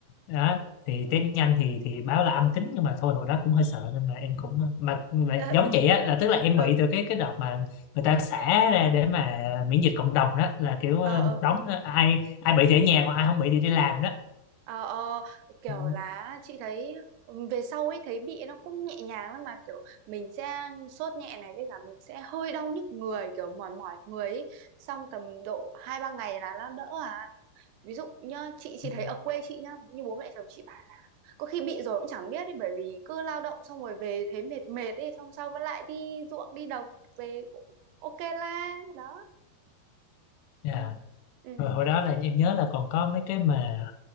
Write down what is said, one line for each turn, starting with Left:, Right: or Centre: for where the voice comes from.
Left: đó thì test nhanh thì thì báo là âm tính nhưng mà thôi hồi đó cũng hơi sợ nên là em cũng ờ, mà, mà
Right: <laughs> ờ
Left: giống chị á là tức là em
Right: ờ
Left: bị từ cái cái đợt mà người ta xả ra để mà miễn dịch cộng đồng đó là kiểu
Right: ờ
Left: ờ, một đống đó. ai ai bị thì ở nhà còn ai không bị thì đi làm đó
Right: Ờ, ờ, kiểu
Left: Ừ.
Right: là chị thấy ừ, về sau ấy thấy bị nó cũng nhẹ nhàng lắm mà kiểu mình sẽ sốt nhẹ này với cả mình sẽ hơi đau nhức người kiểu mỏi mỏi người ấy. Xong tầm độ hai ba ngày là nó đỡ à ví dụ nhá chị chị
Left: Ừ.
Right: thấy ở quê chị nhá như bố mẹ chồng chị bảo có khi bị rồi cũng chẳng biết ấy bởi vì cứ lao động xong rồi về thấy mệt mệt ấy xong sau vẫn lại đi ruộng đi đồng về cũng ok la đó
Left: Dạ.
Right: ừ ừ
Left: Rồi hồi đó là em nhớ là còn có mấy cái mà